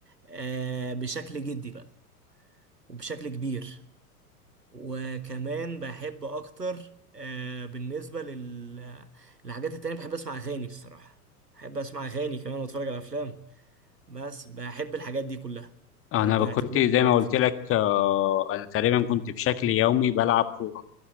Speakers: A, on the right; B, on the left.
A: آه، بشكل جدي بقى وبشكل كبير وكمان بحب أكتر آه، بالنسبة لل- للحاجات التانية بحب أسمع أغاني الصراحة بحب أسمع أغاني كمان وأتفرج على أفلام بس بحب الحاجات دي كلها
B: انا
A: وبعتبرهم
B: كنت زي
A: هواياتي
B: ما قلت لك آه، انا تقريبا كنت بشكل يومي بلعب كورة